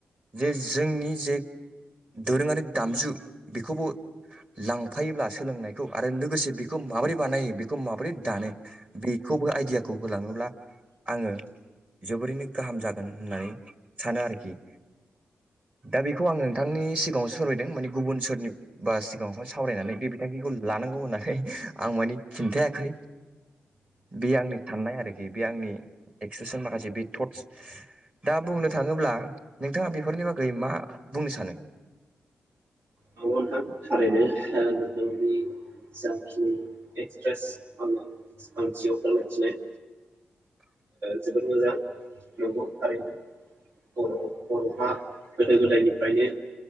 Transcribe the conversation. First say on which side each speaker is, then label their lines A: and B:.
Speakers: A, on the right (about 35°); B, on the right (about 80°).
A: जे जोंनि जे दोरोङारि दामजु बेखौबो लांफायोब्ला सोलोंनायखौ आरो लोगोसे बेखौ माबोरै बानायो बेखौ माबोरै दानो बेखौबो आइदियाखौ होलाङोब्ला आङो जोबोरैनो गाहाम जागोन होननानै सानो आरोखि। दा बेखौ आं नोंथांनि सिगाङावसो सावरायदों माने गुबुन सोरनि बा सिगाङावहाय सावरायनानै बे बिथांखिखौ लानांगौ होननानै आं मानिे खिन्थायाखै बे आंनि साननाय आरोखि बे आंनि एक्सप्रेसन माखासे बे थट्स दा बुंनो थाङोब्ला नोंथाङा बे बेफोरनि बागै मा बुंनो सानो?
B: नंगौ नोंथां थारैनो नोंथांनि जाखिनि एक्सप्रेस आङो आंथियाव फोरमायथिनाय जोबोद मोजां नंगौ थारैनो बर'हा गोदो गोदायनिफ्रायनो